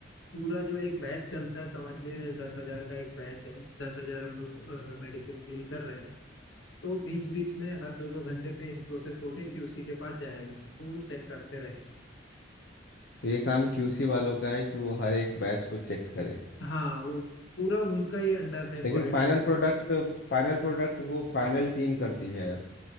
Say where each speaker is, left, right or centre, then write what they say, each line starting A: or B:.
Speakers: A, on the left; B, on the left.
A: पूरा जो एक बैच चलता है समझ लीजिए दस हजार का एक बैच है दस हजार हम लोग मेडिसिन फिल कर रहे हैं तो बीच बीच में हर दो दो घंटे पे प्रोसेस होके क्यूसी के पास जाएगा तो वो चेक करते रहेंगे
B: तो ये काम क्यूसी वालों का है कि वो हर एक बैच को चेक करें
A: हाँ वो पूरा उनका ही अंडर है
B: लेकिन
A: क्वालिटी
B: फाइनल प्रोडक्ट फाइनल प्रोडक्ट वो फाइनल टीम करती है